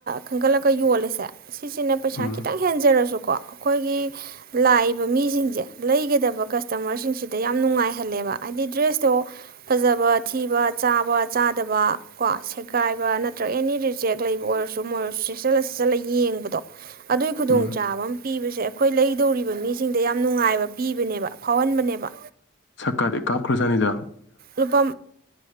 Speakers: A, on the right; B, on the left.
A: ꯈꯟꯒꯠꯂꯒ ꯌꯣꯜꯂꯤꯁꯦ ꯁꯤꯁꯤꯅ ꯄꯩꯁꯥ
B: ꯎꯝ
A: ꯈꯤꯇꯪ ꯍꯦꯟꯖꯔꯁꯨꯀꯣ ꯑꯩꯈꯣꯏꯒꯤ ꯂꯥꯛꯏꯕ ꯃꯤꯁꯤꯡꯁꯦ ꯂꯩꯒꯗꯕ ꯀꯁꯇꯃꯔꯁꯤꯡꯁꯤꯗ ꯌꯥꯝ ꯅꯨꯡꯉꯥꯏꯍꯜꯂꯦꯕ ꯍꯥꯏꯗꯤ ꯗ꯭ꯔꯦꯁꯇꯣ ꯐꯖꯕ ꯊꯤꯕ ꯆꯥꯕ ꯆꯥꯗꯕ ꯀꯣ ꯁꯦꯒꯥꯏꯕ ꯅꯠꯇ꯭ꯔꯒ ꯑꯦꯅꯤ ꯔꯤꯖꯦꯛ ꯂꯩꯕ ꯑꯣꯏꯔꯁꯨ ꯃꯣꯏꯔꯁꯨ ꯁꯤꯠꯆꯠꯂ ꯁꯤꯠ ꯆꯠꯂ ꯌꯦꯡꯕꯗꯣ ꯑꯗꯨꯒꯤ ꯈꯨꯗꯣꯡ
B: ꯎꯝ
A: ꯆꯥꯕ ꯄꯤꯕꯁꯦ ꯑꯩꯈꯣꯏ ꯂꯩꯗꯧꯔꯤꯕ ꯃꯤꯁꯤꯡꯗ ꯌꯥꯝ ꯅꯨꯡꯉꯥꯏꯕ ꯄꯤꯕꯅꯦꯕ ꯐꯥꯎꯍꯟꯕꯅꯦꯕ
B: ꯁꯛꯀꯥꯗꯤ ꯀꯥꯞ ꯈ ꯁꯅꯤꯗ
A: ꯂꯨꯄꯥ